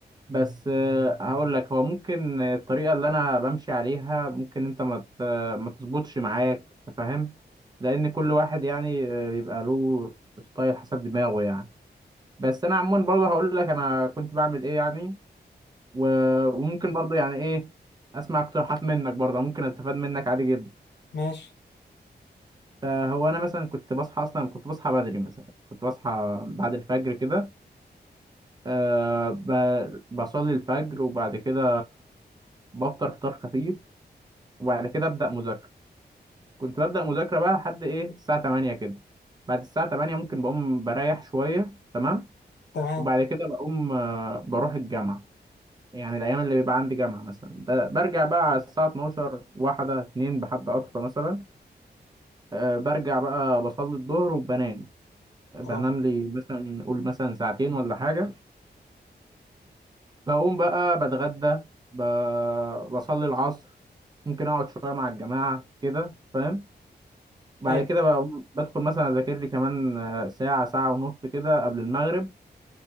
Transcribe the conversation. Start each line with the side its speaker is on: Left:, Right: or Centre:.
Right: بس أه هقول لك هو ممكن الطريقه اللي انا بمشي عليها ممكن انت ما ت- ما تظبطش معاك أنت فاهم لان كل واحد يعني آه، بيبقى له ستايل حسب دماغه يعني بس انا عموما برضه هقول لك انا كنت بعمل ايه يعني و- وممكن برضه يعني ايه اسمع اقتراحات منك برضه ممكن استفاد منك عادي جدا
Left: ماشي
Right: آه، هو انا مثلا كنت بصحى اصلا كنت بصحى بدري مثلا كنت بصحى بعد الفجر كده أه ب- بصلي الفجر وبعد كده بفطر فطار خفيف وبعد كده أبدأ مذاكرة كنت ببدأ مذاكرة بقى لحد إيه الساعة 8 كده بعد الساعة 8 ممكن بقوم بريح شوية تمام
Left: تمام
Right: وبعد كده بقوم آه، بروح الجامعة يعني الأيام اللي بيبقى عندي جامعة مثلا ب- برجع بقى على الساعة 12 واحدة اتنين بحد أقصى مثلا أه برجع بقى بصلي الظهر وبنام بنام
Left: اه
Right: لي مثلا قول مثلا ساعتين ولا حاجة بقوم بقى بتغدى ب... بصلي العصر ممكن اقعد شويه مع الجماعه كده فاهم بعد
Left: فاهم
Right: كده بقوم بدخل مثلا اذاكر لي كمان آه، ساعه ساعه ونص كده قبل المغرب